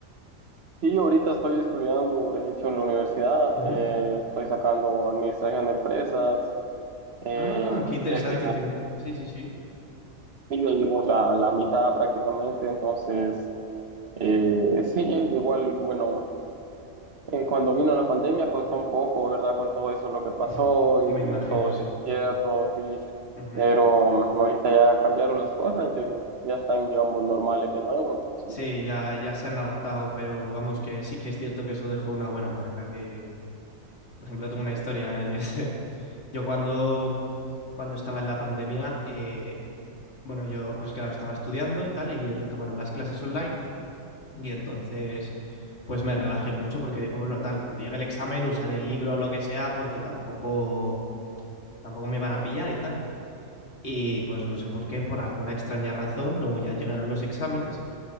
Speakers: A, on the right; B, on the left.
A: Sí, ahorita estoy estudiando, de hecho, en la universidad,
B: Ujú.
A: eh, estoy sacando administración de empresas, eh,
B: Ah, qué interesante.
A: ya que
B: Ten- Sí, sí, sí.
A: ya llevo la, la mitad prácticamente, entonces, eh, sí, igual, bueno, Eh, cuando vino la pandemia costó un poco, ¿verdad? Con todo eso lo
B: <laughs>
A: que pasó y,
B: Me imagino,
A: y todo
B: sí.
A: el encierro, sí.
B: Ujú.
A: Pero mm, ahorita ya cambiaron las cosas y ya están, digamos, normales de nuevo. Entonces,
B: Sí, ya, ya se han adaptado, pero vamos, que sí que es cierto que eso dejó una buena marca. Que, por ejemplo, tengo una historia <laughs> y es, Yo cuando, cuando estaba en la pandemia, eh, bueno, yo pues claro, estaba estudiando y tal, y retomaron las clases online, y entonces pues me relajé mucho porque digo, bueno, tal, cuando llegue el examen usaré el libro o lo que sea porque tampoco, tampoco me van a pillar y tal. Y pues no sé por qué, por alguna extraña razón, luego ya llegaron los exámenes